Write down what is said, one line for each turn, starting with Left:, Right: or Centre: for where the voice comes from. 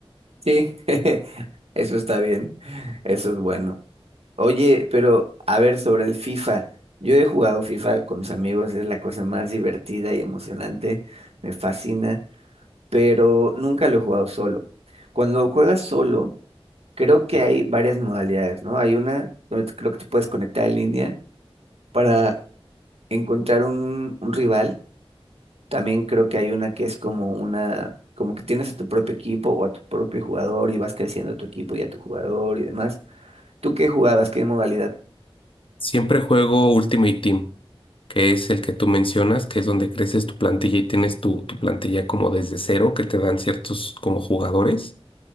Right: Sí, <laughs> eso está bien. Eso es bueno. Oye, pero a ver, sobre el FIFA. Yo he jugado FIFA con mis amigos, es la cosa más divertida y emocionante, me fascina, pero nunca lo he jugado solo. Cuando juegas solo, creo que hay varias modalidades, ¿no? Hay una donde creo que te puedes conectar en línea para encontrar un, un rival. También creo que hay una que es como una, como que tienes a tu propio equipo o a tu propio jugador y vas creciendo a tu equipo y a tu jugador y demás. ¿Tú qué jugabas? ¿Qué modalidad?
Left: Siempre juego Ultimate Team, que es el que tú mencionas, que es donde creces tu plantilla y tienes tu, tu plantilla como desde cero, que te dan ciertos como jugadores.